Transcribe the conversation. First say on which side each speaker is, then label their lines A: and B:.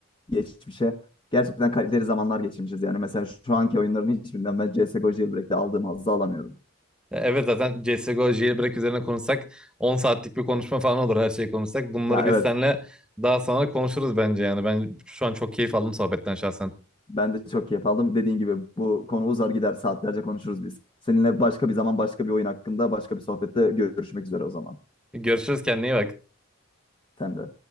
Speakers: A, on the left (about 25°); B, in the centre.
A: geçmişe gerçekten kaliteli zamanlar geçirmişiz. Yani mesela şu anki oyunların hiçbirinden ben CS:GO Jailbreak'te aldığım hazzı alamıyorum.
B: E, Evet zaten CSGO jailbreak üzerine konuşsak 10 saatlik bir konuşma falan olur her şeyi konuşsak. Bunları
A: Ya
B: biz
A: evet
B: seninle daha sonra konuşuruz bence yani. Ben şu an çok keyif aldım sohbetten şahsen.
A: ben de çok keyif aldım. Dediğin gibi bu konu uzar gider saatlerce konuşuruz biz. Seninle başka bir zaman başka bir oyun hakkında başka bir sohbette görüşmek üzere o zaman.
B: Görüşürüz kendine iyi bak.
A: Sen de.